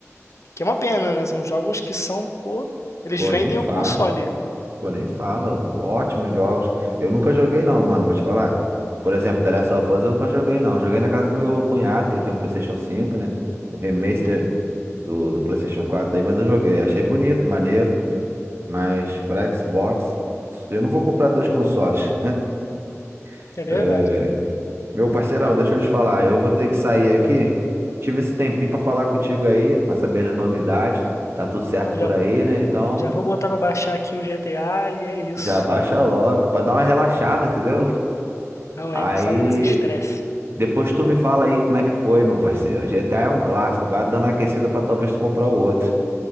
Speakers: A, on the left (about 65°); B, on the right (about 50°).
A: Que é uma pena, né? São jogos que são, pô, eles
B: Pô,
A: vendem
B: nem fala.
A: o console.
B: Pô, nem fala. Ótimos jogos. Eu nunca joguei não, mano, vou te falar. Por exemplo, The Last of Us eu nunca joguei não. Joguei na casa do meu cunhado, que ele tem um PlayStation 5, né? O remaster
A: Uhum.
B: do, do PlayStation 4 aí, mas eu joguei. Achei bonito, maneiro. Mas pra Xbox, eu não vou comprar dois consoles. <laughs>
A: É verdade, né?
B: Meu parceirão, deixa eu te falar, eu vou ter que sair aqui.
A: Fala comigo.
B: Tive esse tempinho pra falar contigo aí, pra saber das novidades. Tá tudo certo
A: Não,
B: por
A: já vou,
B: aí, né? Então,
A: já vou botar pra baixar aqui o GTA e é isso.
B: já baixa logo pra dar uma relaxada, entendeu?
A: Não
B: Aí,
A: é, sai desse estresse.
B: depois tu me fala aí como é que foi, meu parceiro. GTA é um clássico, vai dando uma aquecida pra talvez tu comprar o outro.